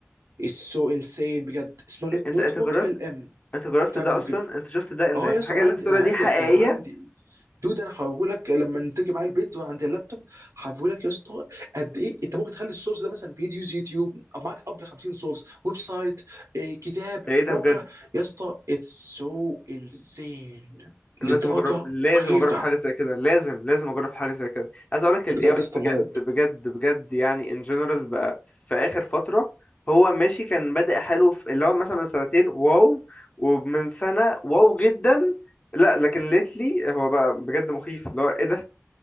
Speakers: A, on the right; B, on the left.
A: اتس سو انسين بجد اسمه
B: انت
A: نوت
B: انت
A: بوك
B: جربت
A: ال ام
B: انت جربت
A: بتاع
B: ده
A: جوجل
B: اصلا انت شفت ده انت
A: اه
B: الحاجه
A: يا اسطى عندي
B: اللي انت بتقولها
A: انا
B: دي
A: عندي
B: حقيقيه
A: أك... عندي دود انا هوريهولك لما تيجي معايا البيت عند اللابتوب هوريهولك يا اسطى قد ايه انت ممكن تخلي السورس ده مثلا فيديوز يوتيوب معاك قبل 50 سورس ويب سايت إيه كتاب
B: ده ايه ده
A: موقع
B: بجد
A: يا اسطى اتس سو انسين لدرجه
B: أنا لازم اجرب لازم
A: مخيفه
B: اجرب حاجه زي كده لازم لازم اجرب حاجه زي كده عايز اقول لك الاي
A: بجد
B: اي
A: يا اسطى
B: بجد
A: مرعب
B: بجد بجد يعني ان جنرال بقى في اخر فتره هو ماشي كان بادئ حلو في اللي هو مثلا من سنتين واو ومن سنه واو جدا لا لكن ليتلي هو بقى بجد مخيف اللي هو ايه ده